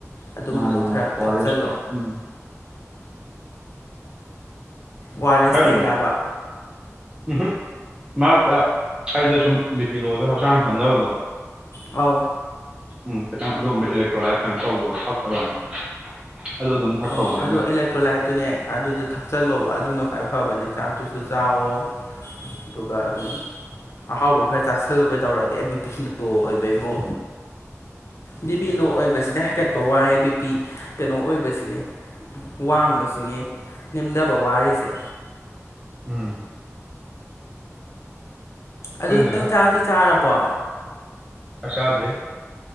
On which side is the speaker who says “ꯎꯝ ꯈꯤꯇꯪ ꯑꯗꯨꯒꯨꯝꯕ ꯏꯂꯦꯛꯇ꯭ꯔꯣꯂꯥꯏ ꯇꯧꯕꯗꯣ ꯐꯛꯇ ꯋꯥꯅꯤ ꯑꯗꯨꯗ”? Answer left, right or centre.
Right